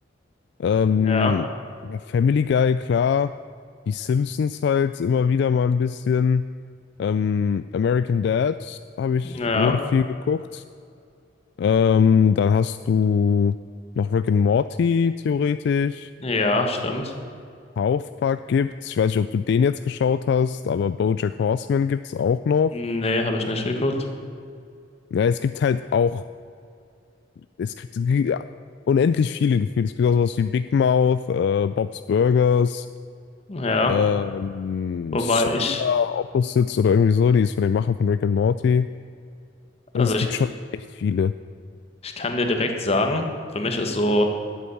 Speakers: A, on the left; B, on the left.
A: Ähm,
B: Ja,
A: ja, Family Guy, klar. Die Simpsons halt immer wieder mal ein bisschen. Ähm, American Dad habe ich
B: ja,
A: äh, viel geguckt. Ähm, dann hast du noch Rick and Morty theoretisch.
B: ja, stimmt.
A: South Park gibt's. Ich weiß nicht, ob du den jetzt geschaut hast, aber BoJack Horseman gibt's auch noch.
B: Nee, habe ich nicht geguckt.
A: Ja, es gibt halt auch, es gibt ge- unendlich viele Gefühle. Es gibt auch sowas wie Big Mouth, äh, Bob's Burgers,
B: Ja,
A: ähm,
B: wobei
A: Solar
B: ich,
A: Opposites oder irgendwie so. Die ist von den Machern von Rick and Morty. Also
B: also
A: es
B: ich,
A: gibt schon echt viele.
B: ich kann dir direkt sagen, für mich ist so.